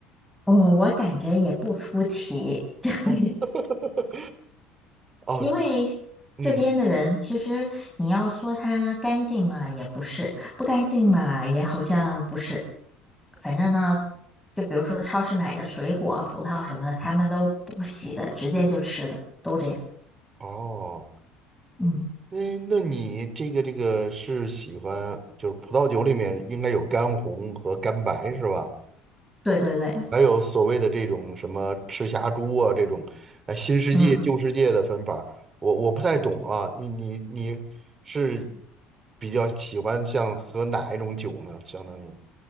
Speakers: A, in the centre; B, on the right.
A: 我我感觉也不出奇，<laughs> 就是
B: 哦，<laughs> 哦，
A: 因为
B: 嗯，
A: 这边的人，其实你要说他干净嘛，也不是；不干净嘛，也好像不是。反正呢，就比如说超市买的水果啊、葡萄什么的，他们都不洗的，直接就吃的，都这样。
B: 哦，
A: 嗯，
B: 那那你这个这个是喜欢，就是葡萄酒里面应该有干红和干白是吧？
A: 对对对，
B: 还有所谓的这种什么赤霞珠啊，这种哎新世界旧世界的分法儿我我不太懂啊。
A: 嗯，
B: 你你你是比较喜欢像喝哪一种酒呢？相当于